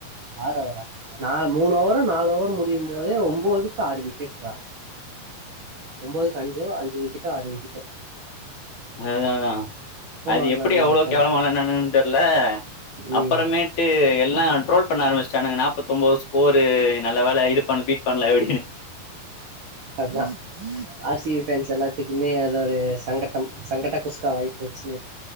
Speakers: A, on the right; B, on the left.
A: ஆறு ஓவரா நால் மூணு ஓவரோ நாலு ஓவரோ முடியு போத ஒன்பதுக்கு ஆறு விக்கெட்ரா ஒன்பதுக்கு அஞ்சோ அஞ்சு விக்கெட்டோ ஆறு விக்கட் <inaudible>
B: அதுநாஅதா அது
A: ஆடுனானுங்க
B: எப்படி அவ்ளோ
A: நேத்தான
B: கேவலாம்ன்னு தெர்ல
A: ம்
B: அப்புறமேட்டு எல்லா ட்ரோல் பண்ண ஆரம்பிச் சானுங்க நாப்பத்த ஒன்பது ஸ்கோரு நல்ல வேல இது பண்ண பீட் பண்ணல எப்டின்னு
A: அதா ஆர் சி சி ஃபேன்ஸ் எல்லாத்துக்குமே அத ஒரு சங்கட்டம் சங்கட்ட குஸ்கா வாய்ப்போச்சு